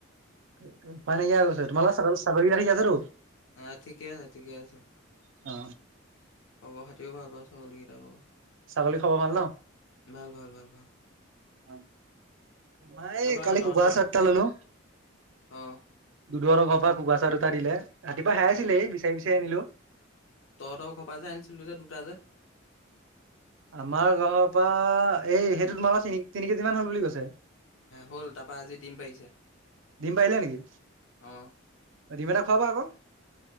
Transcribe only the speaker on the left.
অঁ থিকে আছে থিকে আছে।
খবৰ খাতীও ভাল পাওঁ ছাগলী কেইতা ভাগ।
ভাল ভাল ভাল ভাল
তাৰপা
তহঁতৰ
অ
উম
তহঁতৰ ঘৰৰ পৰা যে আনিছিলো যে দুটা যে।
উম
উম
হ'ল তাৰপা আজি দিম পাৰিছে।
আহ